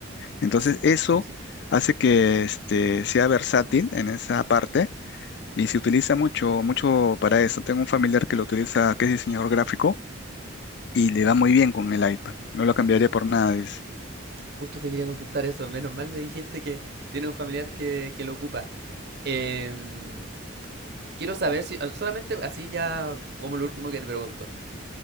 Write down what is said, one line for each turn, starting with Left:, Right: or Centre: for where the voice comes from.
Left: Entonces,
Right: Sí,
Left: eso
Right: sí, sí.
Left: hace que este, sea versátil en esa parte y se utiliza mucho, mucho para eso. Tengo un familiar que lo utiliza, que es diseñador gráfico y le va muy bien con el iPad. No lo cambiaría por nada, dice.
Right: Justo te quería consultar eso. Menos mal me dijiste que tiene un familiar que, que lo ocupa. Em, quiero saber si, solamente así ya como lo último que te pregunto.